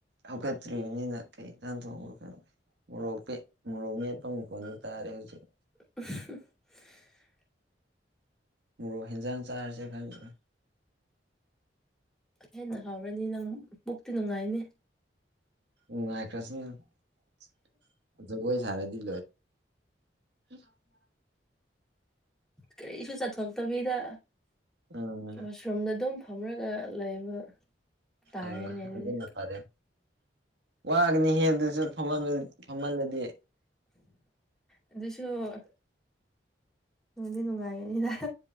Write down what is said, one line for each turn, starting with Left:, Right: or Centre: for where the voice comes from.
Right: ꯍꯧꯒꯠꯇ꯭ꯔꯤꯕꯅꯤꯅ ꯀꯩ ꯅꯍꯥꯟ ꯊꯣꯡꯕ ꯈꯪꯗ꯭ꯔꯦ ꯃꯣꯔꯣꯛ ꯃꯣꯔꯣꯛ ꯃꯄ ꯃꯤꯈꯣꯟꯗ ꯇꯥꯔꯦ ꯍꯧꯖꯤꯛ
Centre: <unintelligible>
Right: ꯃꯣꯔꯣꯛ ꯍꯦꯟꯖꯥꯡ ꯆꯥꯔꯁꯦ ꯈꯪꯗꯦ
Centre: ꯍꯦꯟꯅ ꯍꯥꯎ꯭ꯔꯅꯤ ꯅꯪ ꯅꯨꯡꯉꯥꯏꯅꯦ
Right: ꯎꯝꯔꯁꯨꯅꯣꯏ ꯁꯔꯦꯂ <unintelligible>
Centre: ꯀꯔꯤꯁꯨ ꯆꯠꯊꯣꯛꯇꯕꯤꯗ
Right: ꯎꯝ
Centre: ꯋꯥꯁꯔꯨꯝꯗ ꯑꯗꯨꯝ ꯐꯝꯔꯒ ꯂꯩꯕ ꯇꯥꯔꯦꯅꯦ
Right: ꯑꯥ
Centre: ꯑꯗꯨꯗꯤ
Right: ꯑꯗꯨꯅ ꯐꯔꯦ ꯋꯥꯒꯅꯤꯍꯦ ꯑꯗꯨꯁꯨ ꯐꯝꯍꯜꯂꯗꯤ
Centre: ꯑꯗꯨꯁꯨꯣ ꯎꯣꯡꯗꯤ ꯉꯅꯨꯡꯉꯥꯏꯅꯤꯗ